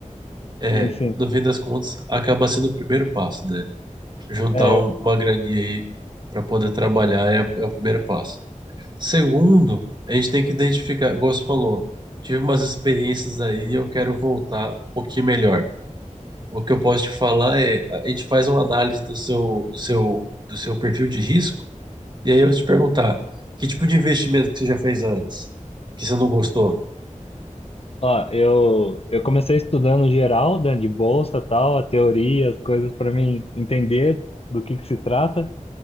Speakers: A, on the right (about 35°); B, on the left (about 50°).
A: é,
B: sim, sim.
A: no fim das contas, acaba sendo o primeiro passo, né? Juntar
B: É,
A: um-
B: eu-
A: uma graninha aí pra poder trabalhar é, é o primeiro passo. Segundo, a gente tem que identificar, igual você falou, tive umas experiências aí e eu quero voltar um pouquinho melhor. O que eu posso te falar é, a gente faz uma análise do seu, do seu, do seu perfil de risco, e aí eu vou te perguntar, que tipo de investimento que você já fez antes, que você não gostou?
B: ó, eu eu comecei estudando geral, né, de bolsa, tal, a teoria, as coisas para mim entender do que que se trata.